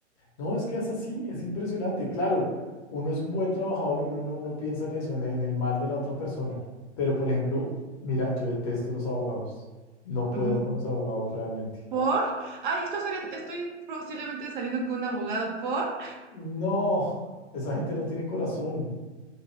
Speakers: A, on the left; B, on the right.
A: No, es que es así, es impresionante. Claro, uno es un buen trabajador, uno no, no piensa en eso, en, en el mal de la otra persona. Pero, por ejemplo, mira, yo detesto los abogados. No
B: <laughs>
A: puedo
B: Ujú.
A: con los abogados realmente.
B: ¿Por? Ay, estoy saliendo, estoy posiblemente saliendo con un abogado por.
A: No, esa gente no tiene corazón,